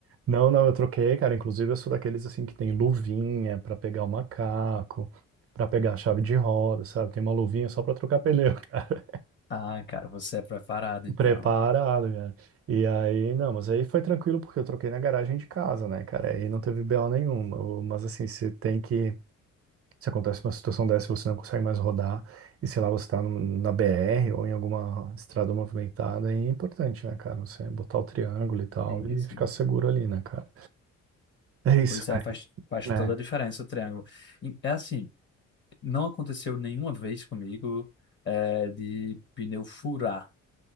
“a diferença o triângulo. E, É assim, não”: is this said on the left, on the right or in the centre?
Left